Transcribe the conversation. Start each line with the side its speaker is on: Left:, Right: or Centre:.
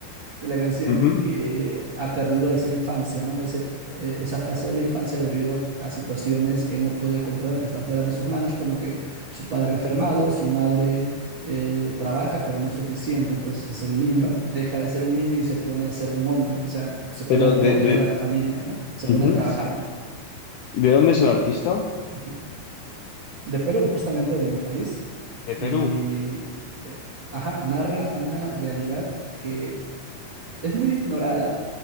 Right: de la canción,
Left: Ujú.
Right: que ha perdido esa infancia, ¿no? Ese, eh, esa fase de la infancia debido a, a situaciones que él no puede controlar, que están fuera de sus manos, como que su padre enfermado, su madre eh, trabaja, pero no es suficiente. Entonces el niño deja de ser un niño y se pone a ser un hombre, o sea, se pone
Left: Pero
Right: a
Left: de,
Right: proveer
Left: de-
Right: a la familia, ¿no? Se
Left: ujú.
Right: pone a trabajar.
Left: ¿De dónde es el artista?
Right: Ujú. De Perú, justamente de mi país.
Left: De
Right: Y,
Left: Perú.
Right: eh, ajá, narra una realidad que es muy ignorada